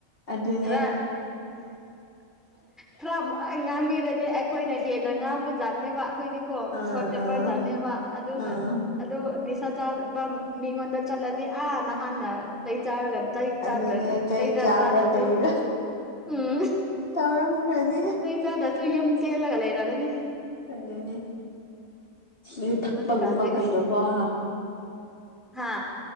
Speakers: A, on the left; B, in the centre.
A: ꯑꯗꯨꯅꯦ
B: ꯈꯔ ꯈꯔ ꯉꯥꯡꯕꯤꯔꯗꯤ ꯑꯩꯈꯣꯏꯅ ꯍꯦꯟꯅ ꯉꯥꯡꯕ ꯖꯥꯠꯅꯦꯕ ꯑꯩꯈꯣꯏꯗꯤ ꯀꯣ
A: ꯑ ꯑ
B: ꯁꯣꯔꯠ ꯇꯦꯝꯄꯔꯖꯥꯠꯅꯦꯕ
A: ꯑ
B: ꯑꯗꯨꯅ
A: ꯑ
B: ꯑꯗꯣ ꯅꯤꯁꯥ ꯆꯥꯕ ꯃꯤꯉꯣꯟꯗ ꯆꯠꯂꯗꯤ ꯑꯥ ꯅꯍꯥꯟꯅ ꯆꯩ ꯆꯥꯔꯒ
A: ꯑꯗꯨꯅꯦ
B: ꯆꯥꯗ꯭ꯔ
A: ꯆꯩ
B: ꯆꯩꯗ
A: ꯆꯥꯕ꯭ꯔꯥ
B: ꯆꯥꯗ꯭ꯔꯁꯨ
A: ꯀꯔꯤꯔꯥ
B: ꯎꯝ
A: ꯇꯧꯔꯝꯈ꯭ꯔꯅꯤ
B: ꯑꯩ ꯆꯥꯗ꯭ꯔꯁꯨ ꯌꯨꯝ ꯆꯦꯜꯂꯒ ꯂꯩꯔꯒꯅꯤ
A: ꯑꯗꯅꯦ ꯌꯨ ꯊꯛꯄꯒꯨꯝꯕ
B: ꯍꯧꯖꯤꯛꯀꯥꯟꯗꯤ
A: ꯀꯩꯗꯧꯕ
B: ꯑꯁ
A: ꯍꯥꯥ
B: ꯍꯥ